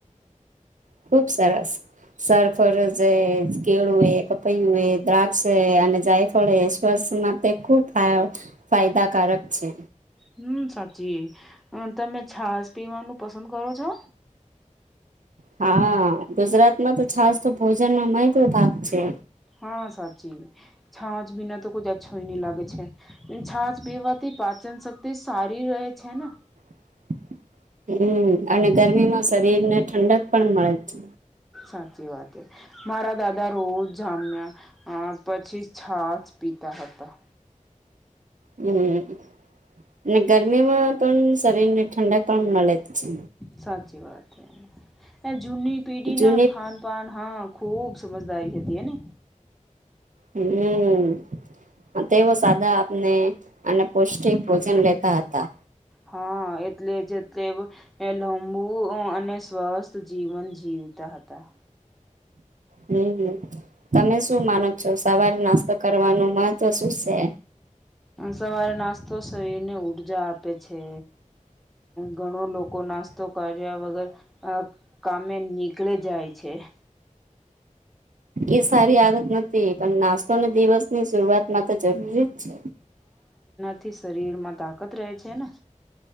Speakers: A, on the right; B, in the centre.
A: ખુબ સરસ સરફરજ કેળું એ કપૈયું એ દ્રાક્ષ અને જાયફળ એ સ્વાસ્થ્ય તે ખુબ ફાયદાકારક છે
B: હમ સાચી તમે છાશ પીવાનું પસંદ કરો છો
A: હા ગુજરાતમાં તો છાસ તો ભોજન નો મહદ ભાગ છે.
B: હા સાચી છાચ પીના તો ક અચછો નહી લાગે છે છાંચ પીવાથી પાચન શક્તિ સારી રહે છે ને.
A: હ હમ અને ગરમીમાં શરીર ને ઠંડક પણ મળે છે.
B: સાચી વા મારા દાદા રોજ જામ્યા પછી છાાસ પીતા ઘતો
A: હમ અને ગરમીમાં પણ શરીર ને ઠંડક પણ મળે છે.
B: સાચી વાત છે એ જૂની પીઢી
A: જૂની
B: ના ખાન પાન હા ખૂબ સમજદારી હતી એને
A: હમ તેઓ સાદા આપને અને પૌષ્ટિક ભોજન લેતા હતા.
B: હા એટલે જ તે લાંબુ અને સ્વસ્થ જીવન જીવ તા હતા
A: હમ હ તમે શું માનો છો સવારે નાસ્તો કરવાનું મહત્વ શું છે?
B: સવારે નાસ્તો શરીર ને ઊર્જા આપે છે. ઘણો લોકો નાસ્તો કર્યા વગર કામે નીકળે જાય છે. <inaudible>
A: એ સારી આદત નથી પણ નાસ્તો અને દિવસ ની શરૂઆત માત્ર જરૂરી જ છે.
B: થી શરીર માં તાકત રહે છે ને.